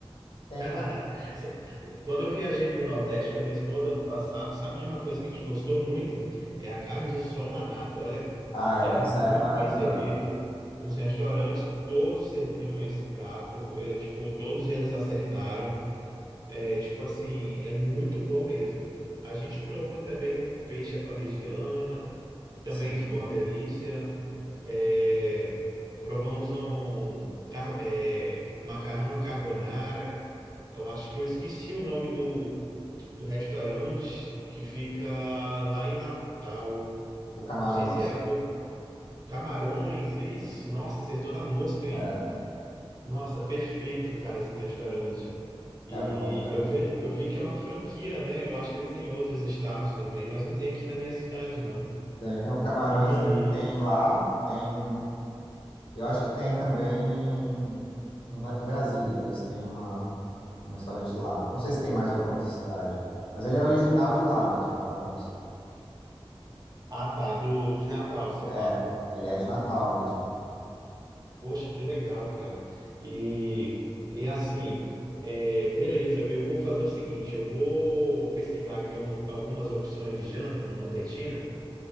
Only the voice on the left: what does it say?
tem
uma...
Ah, eu-
essa
é maravilhosa.
Sim.
O Camarões.
É,
é, o Camarões é
muito
bom.
Tem, é, o Camarões
ele tem lá, tem. Eu acho que tem também em, Bra- em Brasília. Eles têm uma, um restaurante lá. Não sei se tem mais alguma outra cidade. Mas ele é original de lá mesmo, Camarões.
É, ele é de Natal mesmo.